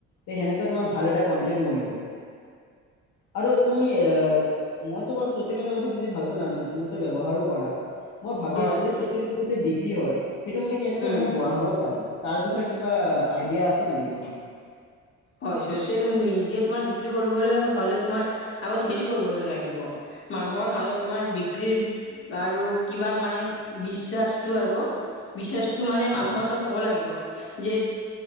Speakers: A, on the left; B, on the left.
A: সেনেকে তোমাৰ ভাল এটা কনটেন্ট বনিব। আৰু তুমি, এ মইতো বাৰু ছচিয়েল মিডিয়াৰ কথা বেছি ভাল একো নাজানো, তুমি ত' ব্যৱহাৰো কৰা, মই ভাবি
B: হয়,
A: আছো যে চচিৱেল মিডিয়াত যে বিক্ৰী হয় সেইটো মানে কেনেকৈ
B: উম।
A: মানে বঢ়াব পাৰি, তাৰ বিষয়ে কিবা আইডিয়া আছে নেকি তোমাৰ।
B: হয়' চচিয়েল মিডিয়াত তোমাৰ বিক্ৰী কৰিবলৈ হলে, তোমাৰ আগত হেৰি কৰিব লাগিব। মানুহৰ মাজত তোমাৰ বিক্ৰীৰ আৰু কিবা মানে বিশ্বাসটো আৰু বিশ্বাস টো মানে
A: হয়
B: মানুহৰ তাত হ'ব লাগিব। যে